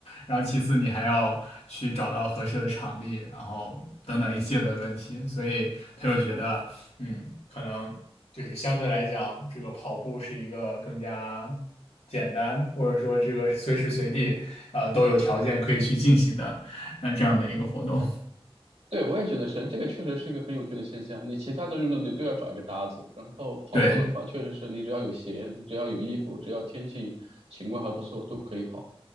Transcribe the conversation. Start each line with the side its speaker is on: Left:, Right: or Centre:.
Left: 然后其次你还要去找到合适的场地，然后等等一系列的问题，所以他就觉得，嗯，可能就是相对来讲，这个跑步是一个更加简单，或者说这个随时随地，呃，都有条件可以去进行的，那这样的一个活动，
Right: 对，我也觉得是，这个确实是一个很有趣的现象。你其他的运动你都要找一个搭子，然后跑步的话，
Left: 对，
Right: 确实是你只要有鞋，只要有衣服，只要天气情况还不错，都可以跑。